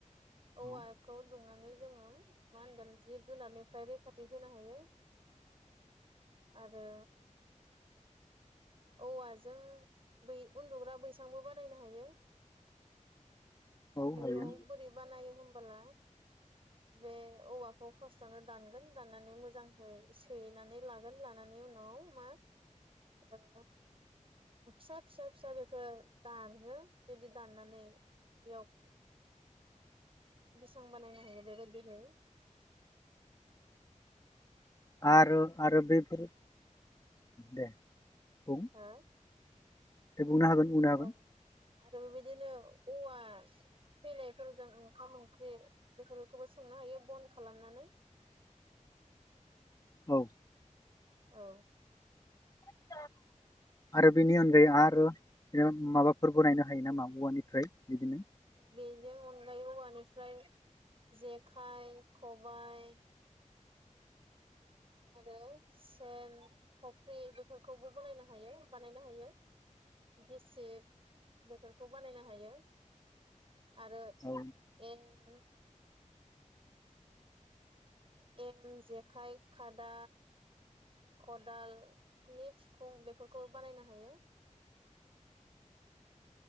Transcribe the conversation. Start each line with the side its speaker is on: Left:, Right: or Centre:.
Right: औवाखौ
Left: औ
Right: दुंनानै जोङो मा होनगोन जिब जुनारनिफ्राय रैखाथि होनो हायो आरो औवाजों बै उन्दुग्रा बैसांबो बानायनो हायो
Left: औ
Right: बेखौ
Left: हायो
Right: बोरै बानायो होमबोला? बे औवाखौ फार्स्टआवनो दानगोन दाननानै मोजांहै सोहैनानै लागोन लानानै नायनि‌ उनाव मा ओ फिसा फिसा फिसा बेखो दानो बिदि दाननानै बेयाव बेसां बानायनो हायो बेबायदिनो?
Left: आरो आरो बेफोर दे बुं
Right: हा?
Left: दे बुंनो हागोन बुंनो हागोन
Right: अह आरो बेबायदिनो औवा थैनायफोरजों ओंखाम ओंख्रि बेफोरखौबो संनो हायो बन खालामनानै
Left: <inaudible> <inaudible>
Right: औ
Left: <unintelligible> आरो बेनि अनगायै आरो बि माबाफोरबो नायनो हायो नामा औवानिफ्राय बिदिनो
Right: बेजों अनगायै औवानिफ्राय जेखाइ खबाय आरो सेन खफ्रि बेफोरखौबो बनायनो हायो बानायनो हायो। गिसिब बेफोरखौ बानायनो हायो। आरो
Left: औ
Right: एम एम जेखाइ खादा खदालनि फिखुं बेफोरखौ बानायनो हायो।